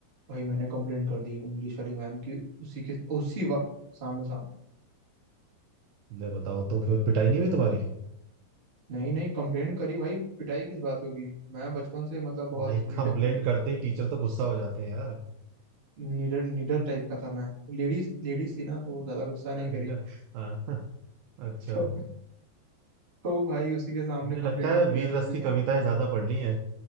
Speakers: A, on the right; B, on the right.
A: भाई मैंने कंप्लेंट कर दी इंग्लिश वाली मैम की उसी के उसी वक्त सामने सामने
B: ले बताओ तो फिर पिटाई नहीं हुई तुम्हारी
A: नहीं नहीं कंप्लेंट करी भाई पिटाई किस बात होगी मैं बचपन से मतलब बहुत
B: भाई
A: निडर
B: कंप्लेंट करते ही टीचर तो गुस्सा हो जाते हैं यार
A: निडर निडर टाइप का था मैं लेडीज लेडीज थी ना तो वो
B: <laughs>
A: ज्यादा गुस्सा नहीं
B: लेटर
A: करी
B: हाँ हाँ, अच्छा
A: <laughs> तो तो भाई उसी के सामने
B: तुमने
A: कंप्लेंट
B: लगता है
A: कर
B: वीर रस
A: दी
B: की
A: मैं
B: कविताएं ज्यादा पढ़ ली हैं